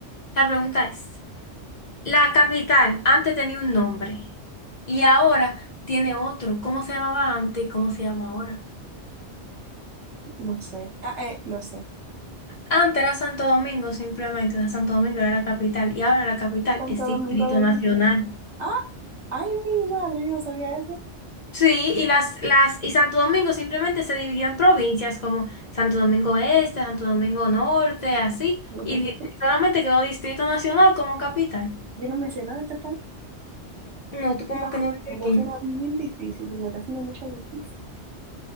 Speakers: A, on the left; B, on the right.
A: La pregunta es, la capital antes tenía un nombre y ahora tiene otro. ¿Cómo se llamaba antes y cómo se llama ahora?
B: No sé. Ah, eh, no sé.
A: Antes era Santo Domingo, simplemente, o sea, Santo Domingo era la capital y ahora la capital
B: Santo
A: es Distrito
B: Domingo de
A: Nacional.
B: Guzmán. Ah, ay, mi madre, yo no sabía eso.
A: Sí, y las, las, y Santo Domingo simplemente se dividió en provincias como Santo Domingo Este, Santo Domingo Norte, así,
B: Yo,
A: y
B: pero
A: di-
B: yo,
A: solamente quedó Distrito Nacional como capital.
B: yo no me sé nada de este país.
A: No,
B: Es
A: tú como
B: una-
A: que no vives
B: Me voy
A: aquí.
B: a hacer una bien difícil, porque me está haciendo mucho difícil.